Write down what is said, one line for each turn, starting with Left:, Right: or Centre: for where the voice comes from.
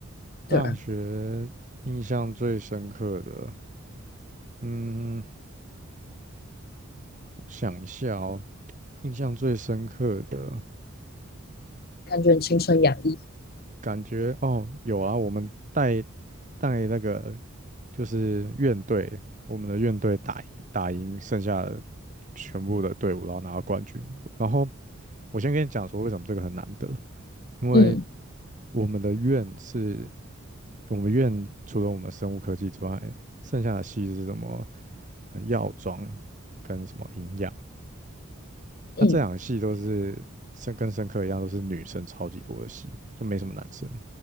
Right: 大学印象最深刻的，
Left: 对啊，
Right: 嗯，我想一下哦，印象最深刻的
Left: 感觉很青春洋溢。
Right: 感觉哦，有啊，我们带带那个就是院队，我们的院队打赢打赢剩下的全部的队伍，然后拿到冠军。然后我先跟你讲说为什么这个很难得，因为
Left: 嗯
Right: 我们的院是，我们院除了我们生物科技之外，剩下的系是什么？呃药妆跟什么营养？
Left: 嗯，
Right: 那这两个系都是生跟生科一样，都是女生超级多的系，就没什么男生。